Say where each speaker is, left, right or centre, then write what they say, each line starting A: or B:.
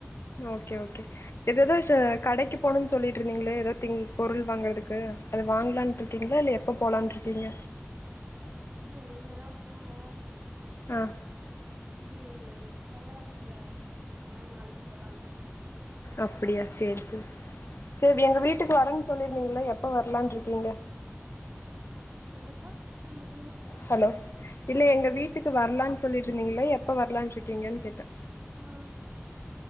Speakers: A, on the left; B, on the right.
A: ஓகே ஓகே எது ஏதோ ஷ கடைக்கு போணூன்னு சொல்லிட்ருந்தீங்களே ஏதோ திங் பொருள் வாங்கறதுக்கு அது வாங்கலான்ருக்கீங்களா இல்ல எப்போ போலான்ருக்கீங்க.
B: இல்ல இனிமேதா போனோ
A: ஆ
B: இ ஏ சாயிங்கால ஆடுச்சுல்ல நா நாளிக்கு போலான்ருக்கே
A: அப்புடியா சேர் சேரி சேரி எங்க வீட்டுக்கு வரேன்னு சொல்லிருக் கீங்ல எப்ப வரலான்ருக்கீங்க.
B: என்னப்பா திரும்ப சொ
A: ஹலோ இல்ல எங்க வீட்டுக்கு வர்லான் சொல்லிட்ருந்தீங்கள எப்ப வர்லான்ருக்கீங்கன் கேட்டே
B: ஆ